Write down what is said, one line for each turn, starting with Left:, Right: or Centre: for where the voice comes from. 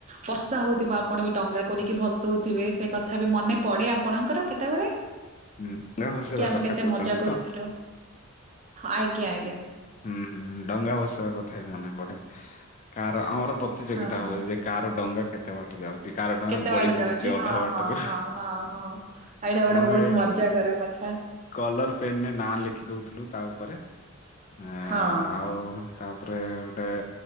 Right: ବର୍ଷା ହଉଥିବ ଆପଣ ବି ଡଙ୍ଗା କରିକି ଭସଉଥିବେ ସେ କଥା ବି ମନେ ପଡେ ଆପଣଙ୍କର କେତେବେଳେ
Left: ହୁଁ ଡଙ୍ଗା ଭସେଇବା
Right: କି ଆମେ
Left: କଥା
Right: କେତେ
Left: କହୁଛନ୍ତି
Right: ମଜା କରୁଥିଲୁ
Left: ତ
Right: ଆଜ୍ଞା ଆଜ୍ଞା।
Left: ହୁଁ ହୁଁ ଡଙ୍ଗା ବସିବା କଥା ବି ମନେ ପଡେ କାର ଆମର ପ୍ରତିଯୋଗିତା
Right: ହଁ।
Left: ହୁଏ ଯେ କାର ଡଙ୍ଗା କେତେ ବାଟ ଯାଉଚି? କାର ଡଙ୍ଗା
Right: କେତେ
Left: ଗଳି
Right: ବାଟ
Left: ପଡୁଚି
Right: ଯାଉଛି
Left: ଅଧା
Right: ହଁ
Left: ବାଟରୁ
Right: ହଁ ହଁ ହଁ ହଁ। ଏଇଟା ଗୋଟେ
Left: ଆମେ
Right: ବହୁତ ମଜା କର କଥା
Left: କଲର ପେନ ରେ ନାଁ ଲେଖି ଦଉଥିଲୁ ତା ଉପରେ ଏ
Right: ହଁ
Left: ଆଉ ତାପରେ ଗୋଟେ